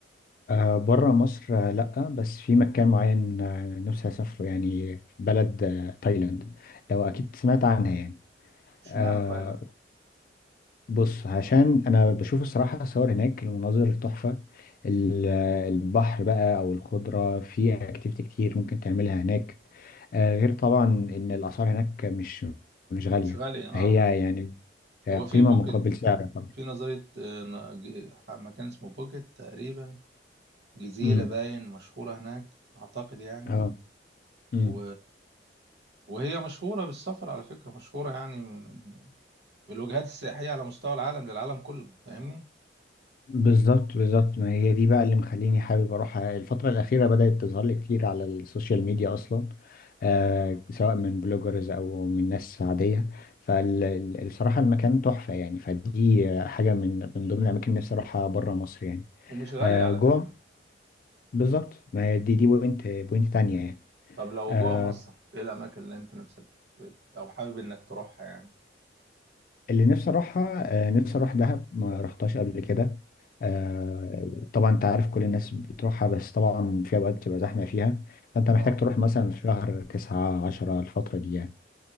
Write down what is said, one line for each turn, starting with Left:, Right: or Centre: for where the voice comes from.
Left: آه بره مصر آه لأ بس في مكان معين آه نفسي أسافره يعني بلد آه تايلاند لو أكيد سمعت عنها يعني
Right: اشمعنى
Left: آه
Right: تايلاند
Left: بص عشان أنا بشوف الصراحة صور هناك المناظر تحفة ال- آه، البحر بقى أو الخضرة في أكتيفيتي كتير ممكن تعملها هناك آه غير طبعا إن الأسعار هناك مش مش غالية
Right: مش غالي اه
Left: فهي يعني آه
Right: هو
Left: قيمة
Right: في بوكيت
Left: مقابل سعر طبعا
Right: في نظرية آه، ن- ج- مكان اسمه بوكيت تقريبا جزيرة
Left: مم.
Right: باين مشهورة هناك أعتقد يعني
Left: اه مم.
Right: و... وهي مشهورة بالسفر على فكرة مشهورة يعني من بالوجهات السياحية على مستوى العالم للعالم كله فاهمني
Left: بالظبط بالظبط ما هي دي بقى اللي مخليني حابب اروح الفترة الأخيرة بدأت تظهر لي كتير على السوشيال ميديا أصلا آه سواء من بلوجرز أو من ناس عادية فالصراحة المكان تحفة يعني فدي آه، حاجة من من ضمن الأماكن اللي نفسي أروحها بره مصر يعني
Right: ومش غالية
Left: آه
Right: على
Left: جوه
Right: فكرة
Left: بالظبط ما هي دي دي بوينت بوينت تانية يعني
Right: طب لو
Left: آه
Right: جوه مصر إيه الأماكن اللي أنت نفسك أو حابب إنك تروحها يعني
Left: اللي نفسي اروحها آه، نفسي اروح دهب ما رحتهاش قبل كده آه، طبعا انت عارف كل الناس بتروحها بس طبعا في اوقات بتبقى زحمه فيها فانت محتاج
Right: اه
Left: تروح مثلا في شهر تسعة عشرة الفتره دي يعني